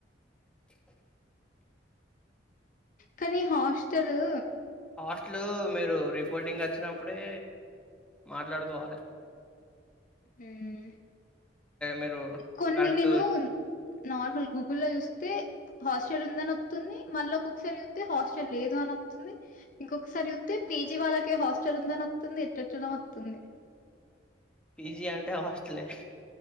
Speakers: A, in the centre; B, on the left (about 45°).
A: <unintelligible>
B: కానీ హాస్టలు
A: హాస్టల్ మీరు రిపోర్టింగ్ అది ఇచ్చినప్పుడే మాట్లాడుకోవాలే
B: హ్మ్
A: మీరు
B: కొన్ని
A: కరెక్ట్
B: నేను నార్మల్ గు గూగుల్ లో చూస్తే హాస్టల్ ఉందని వత్తుంది మళ్ళీ ఒక్కొక్కసారి చూత్తే హాస్టల్ లేదు అని వత్తంది ఇంకొక్కసారి జూత్తే పీజీ వాళ్ళకే హాస్టల్ ఉందని వత్తుంది ఎట్టేట్టనో వత్తంది
A: పిజి అంటే హాస్టలే